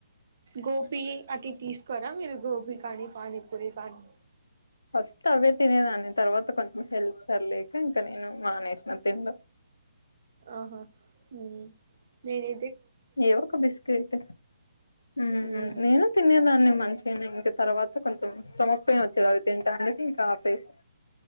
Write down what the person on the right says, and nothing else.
గోపి అట్ల తీసుకోరా మీరు గోబి కానీ పానీపూరి కానీ
ఆహా ఉమ్మ్ నేనే
ఉమ్